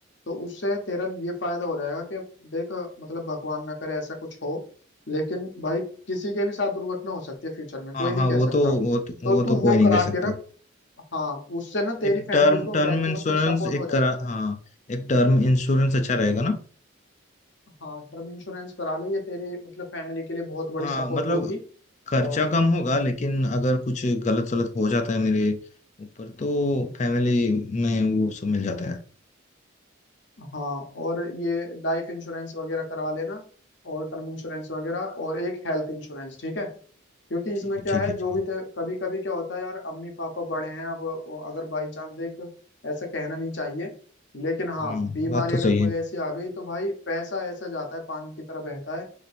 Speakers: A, on the left; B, on the left.
A: तो उससे तेरा ये फायदा हो जाएगा कि देख मतलब भगवान ना करे ऐसा कुछ हो लेकिन भाई किसी के भी साथ दुर्घटना हो सकती है फ्यूचर में
B: हाँ
A: कोई नहीं
B: हाँ
A: कह
B: वो
A: सकता
B: तो वो तो,
A: तो
B: वो
A: तू
B: तो कोई
A: वो
B: नहीं
A: करा
B: कह सकता
A: के रख हाँ उससे ना तेरी
B: एक
A: फैमिली
B: टर्म
A: को
B: टर्म
A: बैकवर्ड
B: इंश्योरेंस
A: सपोर्ट
B: एक
A: हो जाएगी
B: करा हाँ एक टर्म इंश्योरेंस अच्छा रहेगा ना
A: हाँ टर्म इंश्योरेंस करा ले ये तेरी मतलब फैमिली के लिए बहुत बड़ी
B: हाँ
A: सपोर्ट
B: मतलब
A: होगी
B: खर्चा
A: और
B: कम होगा लेकिन अगर कुछ गलत सलत हो जाता है मेरे ऊपर तो फैमिली में वो सब मिल जाता है
A: हाँ और ये लाइफ इंश्योरेंस वगैरह करवा लेना और टर्म इंश्योरेंस वगैरह और एक हेल्थ इंश्योरेंस ठीक है क्योंकि इसमें
B: ठीक है
A: क्या
B: ठीक
A: है
B: है
A: जो
B: ठीक है
A: भी कभी कभी क्या होता है यार अम्मी पापा बड़े हैं अब वो अगर बाई चांस देख ऐसा कहना नहीं चाहिए लेकिन हाँ
B: हाँ
A: बीमारी
B: बात तो
A: अगर
B: सही
A: कोई
B: है
A: ऐसी आ गई तो भाई पैसा ऐसा जाता है पानी की तरह बहता है